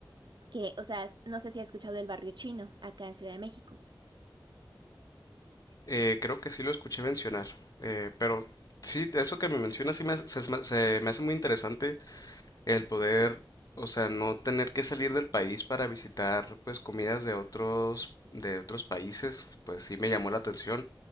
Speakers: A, on the right; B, on the left.
A: que, o sea, no sé si has escuchado del barrio chino acá en Ciudad de México.
B: Eh, creo que sí lo escuché mencionar, eh, pero sí, eso que me mencionas sí me, hace- se, me se me hace muy interesante el poder, o sea, no tener que salir del país para visitar pues comidas de otros, de otros países, pues sí me llamó la atención.